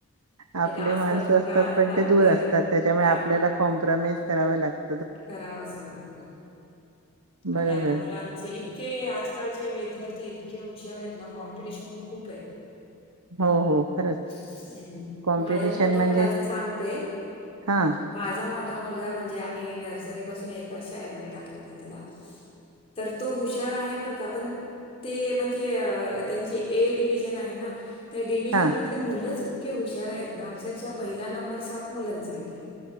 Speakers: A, on the left; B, on the right.
A: नाही
B: आपले.
A: तर आसपास
B: माणसं
A: कुठं
B: असतात,
A: असता
B: पण ते दूर
A: तर
B: असतात. त्याच्यामुळे
A: हा
B: आपल्याला कॉम्प्रमाइज करावं लागत.
A: करावंच लागत आणि
B: बरोबर.
A: आता मुलांचे इतके आजकालचे वे विद्यार्थी इतके हुशार आहेत ना कॉम्पिटिशन खूप आहे?
B: हो हो खरंच.
A: हम्म
B: कॉम्पिटिशन
A: माझ्याच मोठ्या
B: म्हणजे
A: मुलाच सांगते?
B: हां,
A: माझा मोठा मुलगा म्हणजे? आम्ही नर्सरी पासून एका शाळेमध्ये टाकलेलं आहे त्याला? तर तो हुशार आहे बरं का पण? ते म्हणजे त्यांची ए डिव्हजन आहे ना? त्या डिव्हिजन
B: हां.
A: मधले मुलंच इतके हुशार आहेत ना अक्षरच्या पहिला नंबर सात मुलांचा येतोय.